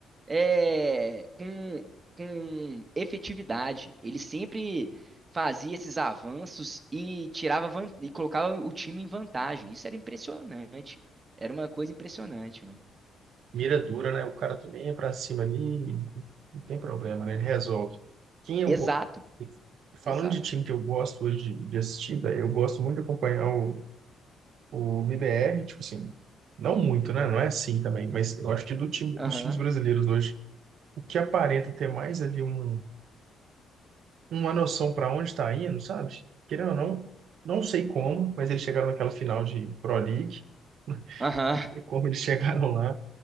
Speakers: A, on the right; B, on the right.
A: é, com, com efetividade. Ele sempre fazia esses avanços e tirava van- e colocava o time em vantagem. Isso era impressionante. Era uma coisa impressionante, mano.
B: Mira dura, né? O cara também é para cima ali, não tem problema, né? Ele resolve. Quem eu
A: Exato,
B: go- Falando
A: exato.
B: de time que eu gosto hoje de, de assistir, daí eu gosto muito de acompanhar o O BBR, tipo assim, não muito, né? Não é assim também, mas eu acho que do time,
A: Aham,
B: dos times brasileiros hoje, o que aparenta ter mais ali um, uma noção para onde está indo, sabe? Querendo ou não, não sei como, mas eles chegaram naquela final de Pro League, <laughs> não
A: aham.
B: sei como eles chegaram lá,